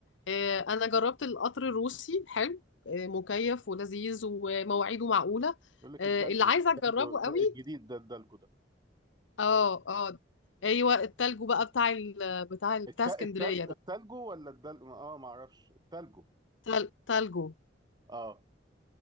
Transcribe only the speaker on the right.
يقول لك
الدلجو
الدلجو-
الجديد ده الدلجو
الت...
التل...
التلجو ولا الدل اه ما اعرفش التلجو
اه